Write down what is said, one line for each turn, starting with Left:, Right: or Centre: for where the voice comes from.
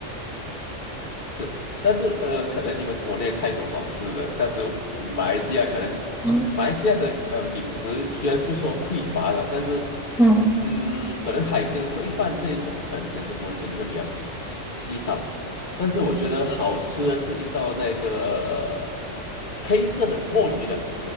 Left: 是，但是呃，可能你们国内太多好吃的，但是马来西亚可能马来西亚的呃饮食虽然不说匮乏了，
Centre: <laughs> 嗯
Left: 但是
Centre: 嗯。
Left: 嗯，可能海鲜烩饭这一种，可能在中国人这里会比较稀稀少。但是我觉得好吃的是一道那个黑色的墨鱼的，